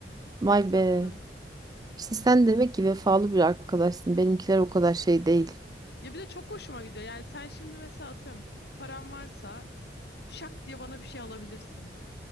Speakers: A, on the right; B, on the left.
A: vay
B: Hep taktım.
A: be. İşte sen demek ki vefalı bir arkadaşsın. Benimkiler o kadar şey değil.
B: Ya bir de çok hoşuma gidiyor. Yani sen şimdi mesela atıyorum param varsa şak diye bana bir şey alabilirsin.